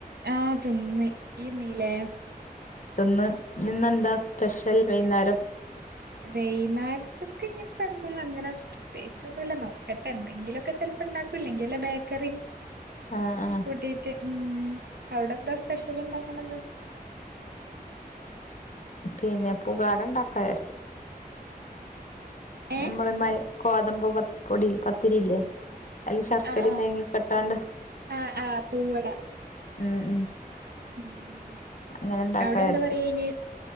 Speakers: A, on the right; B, on the left.
A: ആ തിന്ന് ഇയ്യിന്നീലേ?
B: ഇന്ന് എന്താ സ്പെഷ്യൽ വൈന്നേരം.
A: വെയ്ന്നാര ത്ത് ക്ക് പിന്നെ അങ്ങനെ. പ്രത്യേകിച്ചൊന്നുല്ല നോക്കട്ടെ എന്തെങ്കിലും മൊക്കെ ചെലപ്പ ഇണ്ടാക്കൂല്ലെങ്കിൽ ബേക്കറി.
B: ആഹ ആ
A: കൂട്ടീട്ട് ഉം അവിടെ എന്താ സ്പെഷ്യല് ഉണ്ടാക്കണെന്ന്?
B: പിന്നെ പുകാട ഇണ്ടാക്കാ വിചാരിച്ച്.
A: ഏഹ്
B: നമ്മള മയ് ഗോതമ്പപൊടി പത്തിരി ഇല്ലേ? അയില് ശർക്കരയും
A: ആഹ് ആഹ്
B: തേങ്ങൊ കെ ഇട്ടാണ്ട്
A: ആഹ് ആഹ് പൂവട
B: ഉം ഉ
A: ഉം
B: അങ്ങനെ ഇണ്ടാക്ക
A: അവിടെ
B: വിചാരിച്ച്
A: എന്താ പറയയിന്